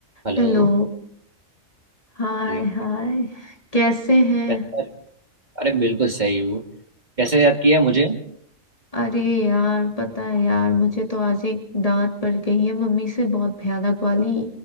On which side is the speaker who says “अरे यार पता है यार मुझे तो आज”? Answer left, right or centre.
Left